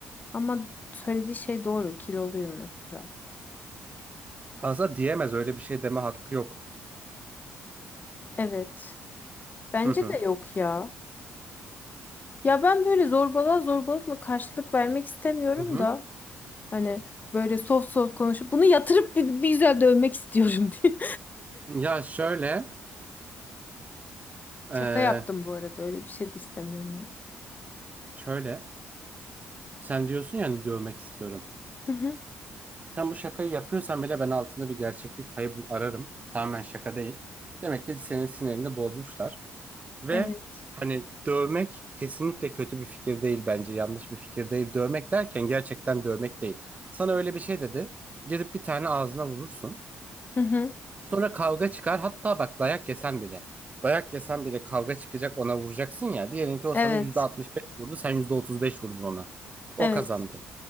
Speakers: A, on the left; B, on the right.
A: Ama söylediği şey doğru. Kiloluyum mesela.
B: Aslında diyemez öyle bir şey deme hakkı yok.
A: Evet. Bence
B: Hı hı.
A: de yok ya. Ya ben böyle zorbalığa zorbalıkla karşılık vermek istemiyorum
B: Hı hı.
A: da. Hani böyle soft soft konuşup bunu yatırıp bir, bir güzel dövmek istiyorum <laughs> diye.
B: Ya şöyle, eee,
A: Şaka yaptım bu arada. Öyle bir şey de istemiyorum ya.
B: şöyle. Sen diyorsun yani dövmek istiyorum.
A: Hı hı.
B: Sen bu şakayı yapıyorsan bile ben altında bir gerçeklik payı bul ararım. Tamamen şaka değil. Demek ki senin sinirini bozmuşlar. Ve
A: Evet.
B: hani dövmek kesinlikle kötü bir fikir değil bence. Yanlış bir fikir değil. Dövmek derken gerçekten dövmek değil. Sana öyle bir şey dedi. Gidip bir tane ağzına vurursun.
A: Hı hı.
B: Sonra kavga çıkar. Hatta bak dayak yesen bile. Dayak yesen bile kavga çıkacak ona vuracaksın ya. Diyelim ki o
A: Evet.
B: sana yüzde altmış beş vurdu. Sen %35 vurdun ona. O
A: Evet.
B: kazandı.